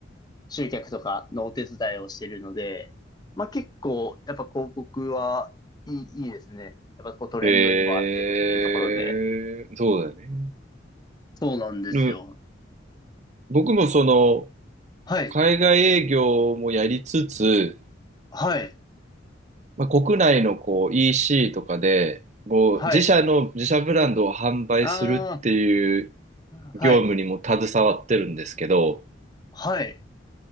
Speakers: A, on the left; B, on the right.
A: 集客とかのお手伝いをしているので、まあ結構やっぱ広告はいい、いいですね。やっぱこうトレンドにも合ってるっていうところで。
B: うん。えー、そうだね。
A: そうなんですよ。
B: うん、僕もその、
A: はい。
B: 海外営業もやりつつ、
A: はい。
B: まあ、国内のこう EC とかで、こう自社の自社ブランドを販売するっていう
A: はい。ああ、
B: 業務にも携わってるんですけど、
A: はい。はい。